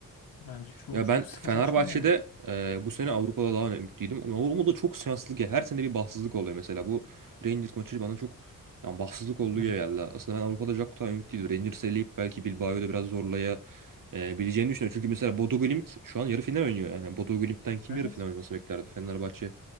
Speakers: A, on the left; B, on the right.
A: Bence çok
B: Ya
A: çok
B: ben
A: sa-
B: Fenerbahçe'de
A: saçma yani.
B: e, bu sene Avrupa'da daha ümitliydim. Ama Avrupa'da çok şanssızlık. ya. Her sene bir bahtsızlık oluyor mesela. Bu Rangers maçı bana çok yani bahtsızlık olduğu
A: Evet.
B: gibi geldi. Aslında ben Avrupa'da çok daha ümitliydim. Rangers'ı eleyip belki Bilbao'yu da biraz zorlaya e, bileceğini düşünüyorum. Çünkü mesela Bodo Glimt şu an yarı final oynuyor. Yani Bodo Glimt'ten kim
A: Evet.
B: yarı final oynaması beklerdi? Fenerbahçe